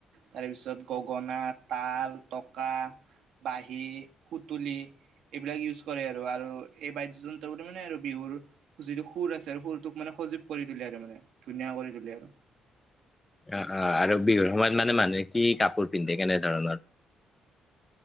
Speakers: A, on the right; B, on the left.
A: তাৰপিছত গগনা তাল টকা বহী সুতুলি এইবিলাক ইউজ কৰে আৰু আৰু এই বাদ্যয় যন্ত্ৰ বুলিো মানে আৰু বিহুৰ যিটো সুৰ আছে আৰু সুৰটোক মানে সজীৱ কৰি তলে আৰু মানে ধুনীয়া কৰি তুললেে
B: অ -অ আৰু বিহুৰ সময়ত মানে মানুহে কি কাপোৰ পিন্ধে কেনেধৰণৰ <inaudible>